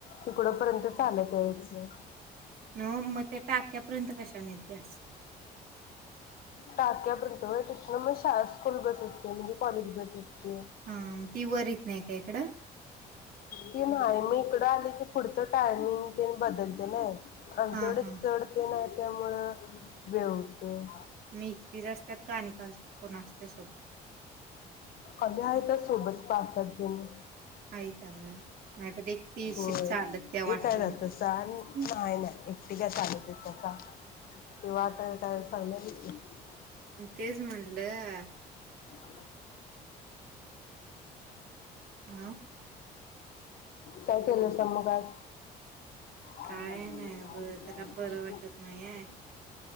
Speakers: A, on the left; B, on the right.
A: तुिकड पर्यंत चालत याचं.
B: हो म ते टाक्या प्रिंट कशाने येत्या
A: टाक्यापर्यंत तिथ मग श स्कूल बस असते म्हणजे कॉलेज बस असते.
B: हां मग ती वर येत नाही का इकडं
A: त नाय मी इकडे पुढ आली की पुढच टायमिंग कि बदलते नाही आमच्याकडे
B: हां हां
A: चड ते नाही त्यामुळं वेळ होतोय.
B: मी एकटीच असतात का आणि का कोण असते सोबत
A: अन्यायता सोबत पास सजजेने
B: आहेत अगं नाहीतर एकटी येशील
A: होय
B: चालत त्या वाटेने
A: ए काय जात स नाहीय
B: हं,
A: ना होय ते नाही नाही ते वाट काय ले ह
B: तेज म्हल म्हटलं.
A: ह <unintelligible> <unintelligible>
B: हां
A: काय केलं स मग आज आ
B: काय
A: सा
B: नाही
A: स
B: बघ जरा बरं
A: कष्ट
B: वाटत नाही आहे